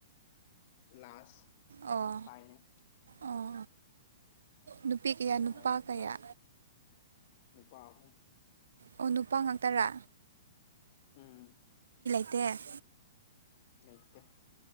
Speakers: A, on the left; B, on the right.
A: ꯂꯥꯁ
B: ꯑꯣ
A: ꯐꯥꯏꯅꯦꯜ
B: ꯑꯣ ꯅꯨꯄꯤ ꯀꯌꯥ
A: <unintelligible>
B: ꯅꯨꯄꯥ ꯀꯌꯥ
A: ꯂꯥꯁ ꯅꯨꯄꯥ ꯑꯍꯨꯝ
B: ꯑꯣ ꯅꯨꯄꯥ ꯉꯥꯛ ꯇꯔ
A: ꯎꯝ
B: ꯇꯦ
A: ꯂꯩꯇꯦ